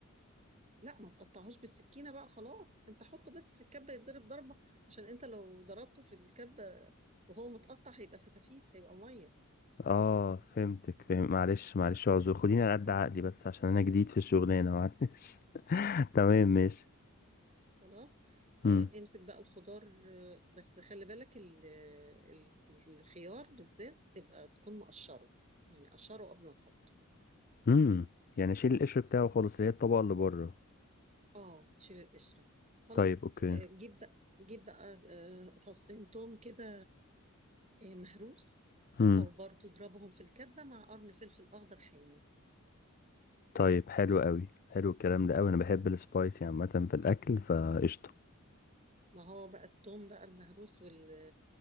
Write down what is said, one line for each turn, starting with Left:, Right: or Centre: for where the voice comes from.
Right: لا ما تقطعهوش بالسكينة بقى خلاص انت حطه بس في الكبة يتضرب ضربة عشان انت لو ضربته في الكبة وهو متقطع هيبقى فتافيت هيبقى مية
Left: اه فهمتك فهم معلش معلش اعذر خديني على قد
Right: <laughs>
Left: عقلي بس عشان انا جديد في الشغلانه معلش <laughs> تمام ماشي
Right: خلاص
Left: امم
Right: آه، امسك بقى الخضار آه، بس خلي بالك ال- ال- الخيار بالذات تبقى تكون مقشره يعني قشره قبل ما تحط
Left: امم يعني اشيل القشر بتاعه خالص اللي هي الطبقه اللي بره
Right: اه شيل القشرة خلاص
Left: طيب اوكي
Right: آه، جيب بقى جيب بقى آه، فصين توم كده آه، مهروس
Left: امم
Right: او برضو اضربهم في الكبة مع قرن فلفل اخضر حامي
Left: طيب حلو قوي حلو الكلام ده قوي انا بحب السبايسي عامه في الاكل فقشطه
Right: ما هو بقى التوم بقى المهروس وال